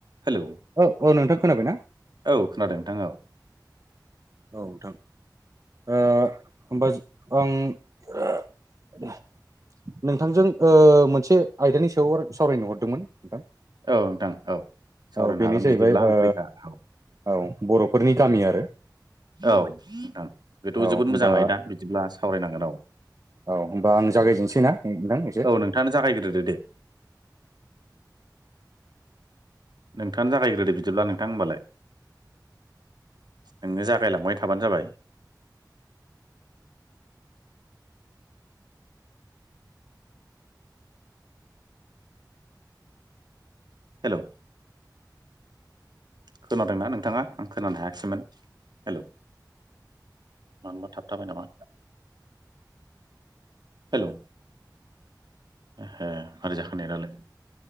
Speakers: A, on the right; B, on the right.
A: Hello
B: औ औ नोंथां खोनाबायना।
A: औ खोनादों नोंथां औ।
B: औ नोथां ओ ओमबा जो आं। नोंथांजों ओ मोनसे आयदानि सायाव सावरायनो हरदोंमोन। नोंथां
A: औ नोंथां औ सावरायनो
B: औ बेनो
A: हागोन
B: जाहैबाय
A: बिदिब्ला आं
B: ओ
A: फ्रिखा औ
B: औ। बर'फोरनि गामि आरो।
A: औ नोंथां बेथ'
B: औ
A: जोबोद
B: होमबा
A: मोजां आयदा बिदिब्ला सावरायनांगोन औ।
B: औ होमबा आं जागायजेननोसैना नोंथां एसे।
A: औ नोंथाङानो जागायग्रोदो दे नोंथांङानो जागायग्रोदो बिदिब्ला नोंथां होमबालाय। नोंनो जागायलांबाय थाबानो जाबाय।
B: <inaudible>
A: हेलौ। खोनादोंना नोंथाङा आं खोनानो हायाखिसैमोन हेलौ। मानो होनबा थाबथाबाय नामा। हेलौ। एह मारै जाखो नेत आलाय